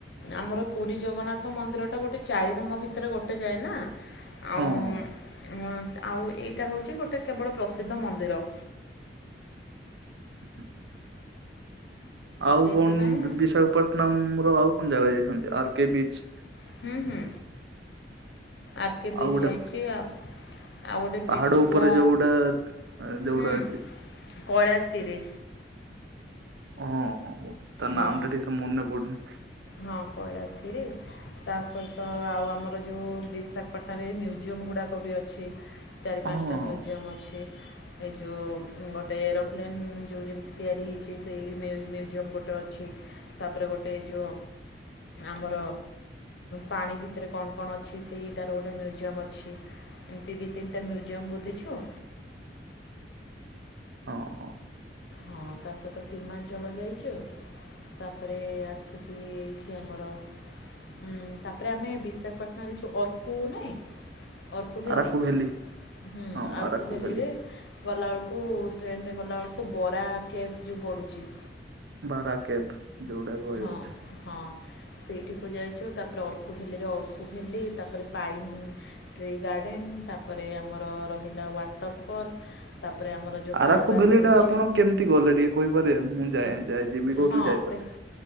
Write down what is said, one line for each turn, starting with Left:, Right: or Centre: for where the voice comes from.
Left: ଆମର ପୁରୀ ଜଗନ୍ନାଥ ମନ୍ଦିରଟା ଗୋଟେ ଚାରିଧାମ ଭିତରେ ଗୋଟେ ଯାଏ ନା।
Right: ହଁ
Left: ଆଉ
Right: ହଁ
Left: ଉଁ ଆଉ ଏଇଟା ହେଉଛି ଗୋଟେ କେବଳ ପ୍ରସିଦ୍ଧ ମନ୍ଦିର।
Right: ହ <inaudible> ଆଉ
Left: ସେଇଥିପାଇଁ
Right: କଣ ବିଶାଖାପଟନମ ର ଆଉ କଣ ଜାଗା ଯାଇଛନ୍ତି ଆର କେ ବିଚ
Left: ହଁ ହୁଁ ଆର କେ ବିଚ
Right: ଆଉ ଗୋଟେ
Left: ଯାଇଛି ଆଉ ଆଉ ଗୋଟେ ବିଚ
Right: ପାହାଡ
Left: ଥିଲା
Right: ଉପରେ ଯୋଉଟା ଯୋଉଟା
Left: ହୁଁ
Right: ଅଛି
Left: କୈଳାଶଗିରି।
Right: ହଁ ହଁ ତା
Left: ହଁ
Right: ନାମ ଟା ଠିକ ସେ ମନେ ପଡ଼ୁନି।
Left: ହଁ କୈଳାଶ ଗିରି ତା ସହିତ ଆଉ ଆମର ଜଉ ବିଶାଖ ପାଟଣାରେ ମ୍ୟୁଜିୟମ୍ ଗୁଡ଼ାକ ବି ଅଛି ଚାରି
Right: ହଁ
Left: ପାଞ୍ଚଟା
Right: ହଁ
Left: ମ୍ୟୁଜିୟମ୍ ଅଛି। ଏ ଯେଉଁ ଗୋଟେ ଏରୋପ୍ଲେନ୍ ଯେଉଁ ଯେମିତି ତିଆରି ହେଇଛି ସେଇ ମେଲ୍ ମ୍ୟୁଜିୟମ୍ ଗୋଟେ ଟ ଅଛି ତାପରେ ଗୋଟେ ଏଇ ଯଉ ଆମର ପାଣି ଭିତରେ କଣ କଣ ଅଛି ସେଇଟାର ଗୋଟେ ମ୍ୟୁଜିୟମ୍ ଅଛି। ଏମିତି ଦି ତିନଟା ମ୍ୟୁଜଜିୟମ୍ ବୁଲିଛୁ।
Right: ହଁ ହଁ।
Left: ହଁ ତା ସହିତ ସିମାଞ୍ଚଳ ଯାଇଛୁ। ତାପରେ ଆସିକି ଏଇଠି ଆମର ଉଁ ତାପରେ ଆମେ ବିଶାଖାପାଟଣାରେ ଯୋଉ ଅର୍କୁ ନାଇଁ ଅର୍କୁ ଭେଲି
Right: ଆରାକୁ ଭ୍ୟାଲି
Left: ହୁଁ
Right: ହଁ
Left: ଆରକୁ
Right: ଆରାକୁ
Left: ଭେଲିରେ
Right: ଭ୍ୟାଲି
Left: ଗଲାବେେଳକୁ ଟ୍ରେନରେ ଗଲାବେଳକୁ ବରା କେଫ୍ ଯେଉଁ ପଡ଼ୁଛି
Right: ବାରା କେବ ଯଉଟା ବି ବଇ
Left: ହଁ
Right: ଯାଉଛି।
Left: ହଁ ସେଇଠିକୁ ଯାଇଛୁ ତାପରେ ଅର୍କୁ ଭେଲିରେ ଅର୍କୁ ଭେଲି ତାପରେ ପାଇନ୍ ଟ୍ରି ଗାର୍ଡେନ ତାପରେ ଆମର ରହିଲା ୱାଟର ଫଲ ତାପରେ ଆମର ଯଉ
Right: ଆରାକୁ
Left: ଟ୍ରାଇବଲ
Right: ଭ୍ୟାଲି
Left: ମ୍ୟୁଜ୍
Right: ଟା ଆପଣ କେମିତି ଗଲେ ଟିକେ କହିପାରିବେ ମୁଁ ଯାଏ ଯାଏ ଯିବି କହୁଥିଲି
Left: ହଁ
Right: ଯାଇପାରିଲିନି।
Left: ଦେଶ